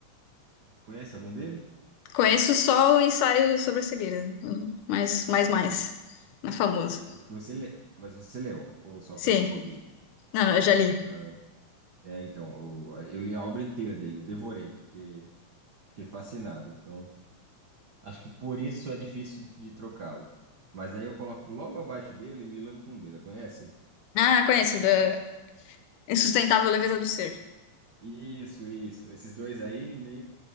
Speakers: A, on the right (about 80°); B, on the left (about 85°).
A: Conhece algum dele?
B: Conheço só o ensaio sobre a cegueira, hum, mas mais mais, na famoso.
A: Que você lê, mas você leu, ou só
B: Sim,
A: conhece de ouvir?
B: não, não, eu já li.
A: Ah, é, então, eu, eu li a obra inteira dele, eu devorei, porque fiquei fascinado. Então, acho que por isso é difícil de, de trocá-lo. Mas aí eu coloco logo abaixo dele Milan Kundera, conhece?
B: Ah, conheço da Insustentável Leveza do Ser.
A: Isso, isso. Esses dois aí, meio